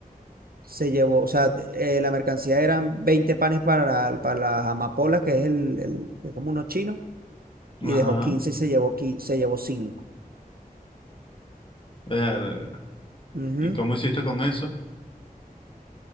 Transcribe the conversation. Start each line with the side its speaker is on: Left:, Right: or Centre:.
Right: se llevó, o sea, de- eh, la mercancía eran 20 panes para, para las amapolas, que es el, el- que es como unos chinos, y
Left: Ajá.
Right: dejó 15 y se llevó, 15, se llevó cinco
Left: Ver,
Right: Ujú,
Left: ¿y cómo hiciste con eso?